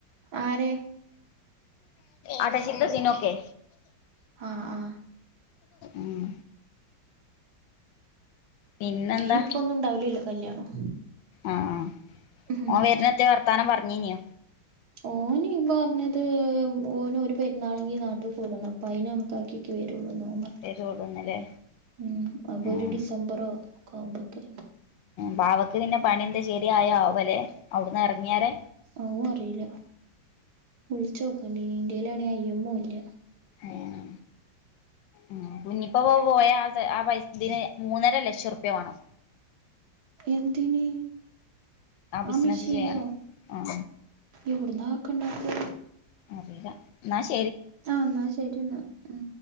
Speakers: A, on the right; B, on the left.
A: ആരെ?
B: അടശ്ശേര്ത്തെ സിനു ഒക്കെ
A: ആഹ് ആഹ്
B: ഉം. പിന്നെന്താ
A: അയിനിപ്പൊന്നും ഉണ്ടാവില്ലല്ലോ കല്യാണം
B: ആഹ് ആഹ്
A: ഉം
B: ഓൻ വര്നെത്തെ വർ ർത്താനം പർഞ്ഞീനോ?
A: ഓന് പർഞ്ഞത് ഓന് ഒരു പെരുന്നാളെങ്കി നാട്ട് കൂടണം. അപ്പൊ അയിന് കൺക്കാക്കിക്കെ വരു ള്ളൂന്ന്.
B: വരുള്ളൂന്നല്ലേ
A: ഉം അപ്പൊ
B: ആഹ്
A: ഒര് ഡിസംബറോ ക്കാവുമ്പക്കെന്ന്
B: ബാവക്ക് പിന്നെ പണിന്തെ ശെരി ആയാ ആവല്ലെ അവ്ടുന്ന് എറങ്ങിയാരെ?
A: അവ്വ് അറീല്ല. വിൾച്ചോക്കണ്ടീനി. ഇന്റെലാണെങ്കി ഐ എം ഒ ഇല്ല.
B: ഏഹ് ഉം കുഞ്ഞിപ്പ പ്പൊ പോയ ആ പൈസ ഇതിന് മൂന്ന് ലക്ഷം ർപ്പ്യ വാണം.
A: എന്തിന്
B: ബിസിനസ്സ്
A: ആ മിഷീന്നോ?
B: ചെയ്യണം ആ
A: എവ്ട്ന്നാ ആക്കെ ഇണ്ടാക്ക?
B: അറീല്ല. ന്നാ ശ
A: ആഹ് ന്നാ ശരി ന്നാ ഉം